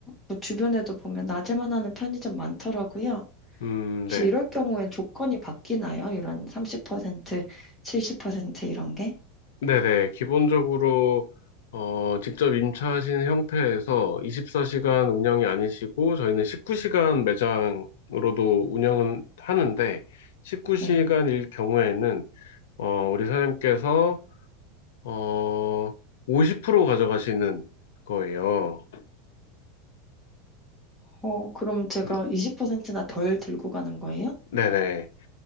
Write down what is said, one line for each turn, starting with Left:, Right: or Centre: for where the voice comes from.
Centre: 그 주변에도 보면 낮에만 하는 편의점 많더라고요.
Left: 음,
Centre: 혹시
Left: 네.
Centre: 이럴 경우엔 조건이 바뀌나요? 이런 30%, 70% 이런 게?
Left: 네네. 기본적으로, 어, 직접 임차하신 형태에서 24시간 운영이 아니시고, 저희는 19시간 매장으로도 운영은 하는데, 19시간일
Centre: 네.
Left: 경우에는, 어, 우리 사장님께서, 어, 50% 가져가시는 거예요.
Centre: 어, 그럼 제가
Left: 음,
Centre: 20%나 덜 들고 가는 거예요?
Left: 네네.